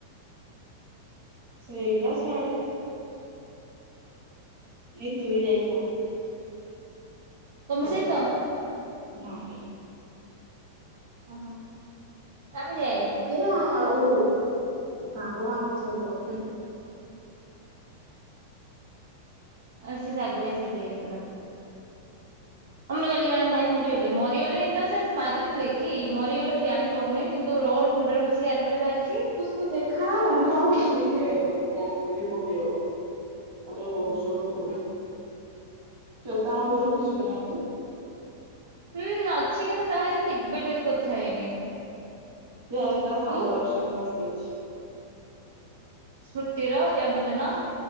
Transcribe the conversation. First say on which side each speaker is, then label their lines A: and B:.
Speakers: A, on the right; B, on the right.
A: ସେଇଟା ଛାଡ଼େ। ନିତୁବି ଯାଇଥିଲା।
B: ତମ ସହିତ?
A: ନାହିଁ
B: ଓହୋ ନା ମୁଁ ଯାଇନି।
A: ଏ ଆଉ ସାଙ୍ଗ ମାନଙ୍କ ସହିତ ହୁଁ।
B: ଆ ସେ ସାଗର ଭାଇ ସଯିତ ଯାଇଥିଲା। ଆମର କାଲି ଜଣେ ଭାଇ ମରିଗଲେ ମରିଗଲେ ଇନ୍ ଦ ସେନ୍ସ ମାରିଦେଲେକି ମରିଗଲେ ମୁଁ ଜାଣି ପନି କିନ୍ତୁ ରୋଡ଼ ମୁଣ୍ଡରେ ପଶି ଆରୁ ପଟେ ବାହାରିଚି।
A: ତ ଦେଖା ହବନି ଆଉ କିଏ ବୁ ବୁଲି ପକେଇବ ଆଯଉ କହୁଚୁଲୋତୁ ଶ୍ୱେତା
B: ହୁଁ
A: ନମ୍ବର ରଖିଚୁକି ନାଇଁ ତୁ?
B: ହୁଁ ଅଛି କିନ୍ତୁ ତାସହିତ କେବେ ଠାରୁ କଥା ହେଇନି।
A: ସେଆଜି ତାସାଙ୍ଗର
B: ତୁ
A: ଷ୍ଟାଟସ୍ ଦେଇଚି।
B: ସ୍ମୃତିର ଜନ୍ମଦିନ?